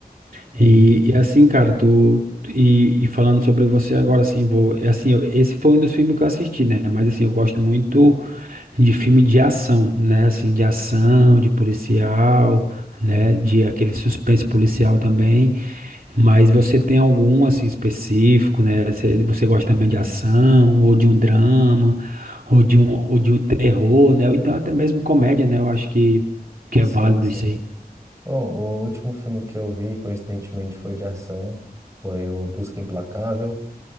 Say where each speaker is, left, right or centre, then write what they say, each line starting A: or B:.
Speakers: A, on the right (about 20°); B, on the right (about 60°).
A: E,
B: E, e assim, cara, tu. E, e falando sobre você agora, assim, vou. é Assim, eu- esse foi um dos filmes que eu assisti, né? Mas assim, eu gosto muito. de filme de ação, né? Assim, de ação, de policial, né?
A: sim,
B: De aquele suspense policial também. Mas você tem algum assim específico, né? Você, você gosta também de ação, ou de um drama, ou de um, ou de um terror, né? Ou então até mesmo comédia, né? Eu acho que, que é
A: sim,
B: válido
A: sim.
B: isso aí.
A: Bom, o último filme que eu vi, coincidentemente, foi de ação, foi o Busca Implacável.